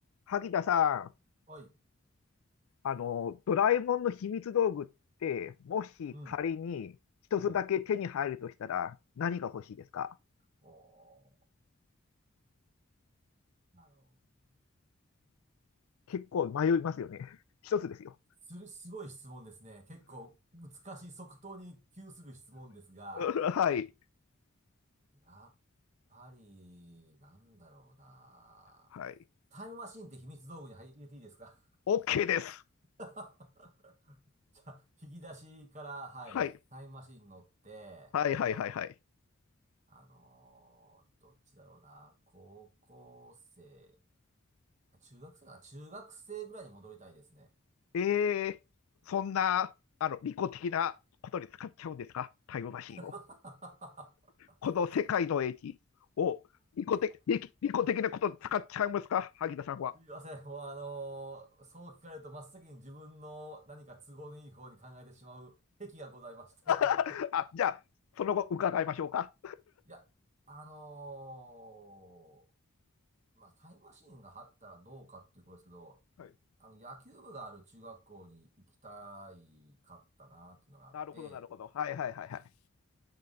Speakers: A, on the left (about 80°); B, on the right (about 35°).
A: 萩田さん、
B: はい。
A: あの、ドラえもんの秘密道具って、もし仮に一つだけ手に入るとしたら何が欲しいですか
B: うん。うん。おー、なるほど。
A: 結構迷いますよね。<laughs> 一つですよ。
B: する、すごい質問ですね。結構難しい即答に窮する質問ですが、
A: <laughs> はい。
B: やっぱり、なんだろうな。
A: はい。
B: タイムマシンって秘密道具に入入れていいですか
A: OK です。
B: <laughs> じゃあ、引き出しから、はい、
A: はい。
B: タイムマシン乗って、
A: はいはいはいはい。
B: あのーどっちだろうな。高校生、中学生かな中学生ぐらいに戻りたいですね。
A: えー、そんな、あの、利己的なことに使っちゃうんですかタイムマシンを。
B: <laughs>
A: この世界の英知を利己的、利利己的なことに使っちゃいますか萩田さんは。
B: すいません。もうあのーそう聞かれると真っ先に自分の何か都合のいい方に考えてしまう癖がございまして
A: <laughs> あ、
B: <laughs>
A: じゃあ、その後伺いましょうか。
B: いや、あのーまあ、タイムマシーンがあったらどうかっていうことですけど、
A: はい。
B: あの、野球部がある中学校に行きたいかったなっていうのがあって、
A: なるほど、なるほど。はいはいはいはい。